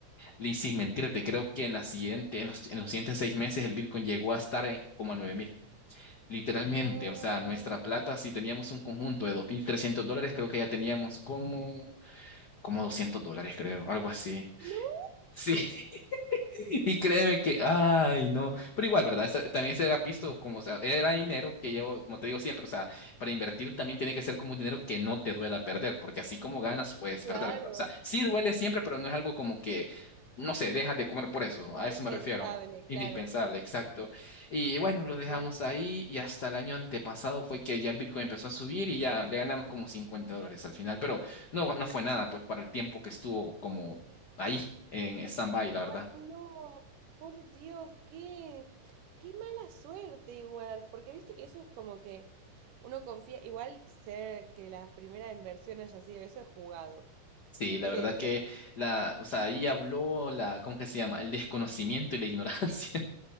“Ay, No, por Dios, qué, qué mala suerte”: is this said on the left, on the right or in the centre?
Right